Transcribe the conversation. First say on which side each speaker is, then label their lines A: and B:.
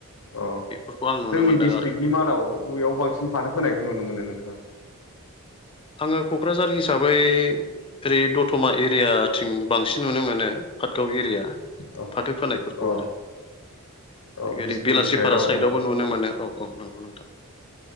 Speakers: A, on the left (about 65°); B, on the left (about 25°).
A: अ
B: बेफोरखौ आं नुनो
A: जोंनि
B: मोनदों
A: डिस्ट्रिक्टनि
B: आरो
A: मादाव अबेयाव बांसिन फाथो फोनायखौ नुनो मोनो नोंथाङा?
B: आङो क'क्राझार हिसाबै जेरै दतमा एरियाथिं बांसिन नुनो मोनो पाटगाव एरिया
A: औ
B: फाथो फोनायफोरखौ
A: अ
B: आरो
A: औ बिसमुरि
B: ओरै बेलासिफारा
A: साइडआव
B: साइदावबो नुनो मोनो औ औ नंगौ नोंथां